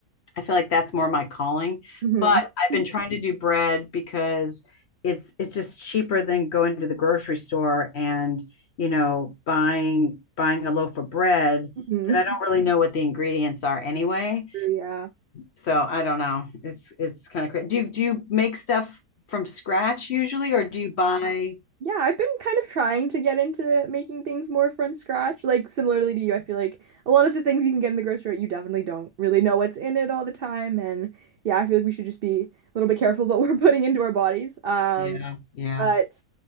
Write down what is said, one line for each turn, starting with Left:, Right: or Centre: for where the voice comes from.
Left: I feel like that's more my calling.
Right: hmm
Left: But I've
Right: <laughs>
Left: been trying to do bread because it's it's just cheaper than going to the grocery store and you know buying buying a loaf of bread
Right: hmm
Left: that I don't really know what the ingredients are anyway.
Right: True, yeah.
Left: So I don't know. It's it's kind of crazy. Do you do you make stuff from scratch usually, or do you buy?
Right: Yeah, I've been kind of trying to get into making things more from scratch. Like similarly to you, I feel like a lot of the things you can get in the grocery, store, you definitely don't really know what's in it all the time. And yeah, I feel like we should just be a little bit careful what <laughs> we're putting into our bodies. Um,
Left: Yeah, yeah.
Right: but